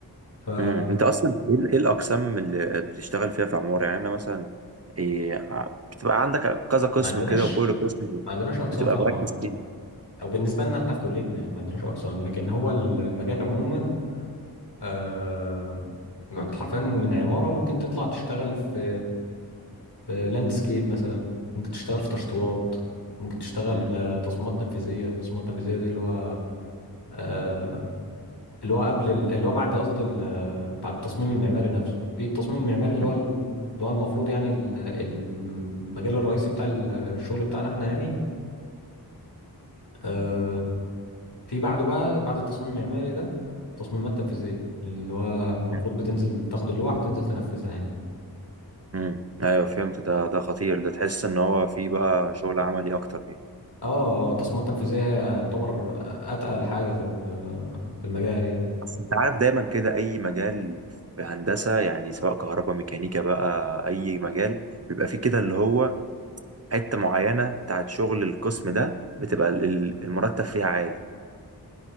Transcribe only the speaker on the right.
امم انت اصلا ايه ال- إيه الاقسام اللي بتشتغل فيها في عماره يعني انا مثلا إيه ع- بتبقى عندك كذا قسم
كده وكل قسم
بتبقى
مركز فيه
مم.
مم.
مم.
امم ايوه فهمت ده ده خطير ده تحس ان هو فيه بقى شغل عملي اكتر يعني
بس انت عارف دايما كده اي مجال في هندسه يعني سواء كهرباء ميكانيكا بقى اي مجال بيبقى فيه كده اللي هو حته معينه بتاعت شغل القسم ده بتبقى ال- ال- المرتب فيها عالي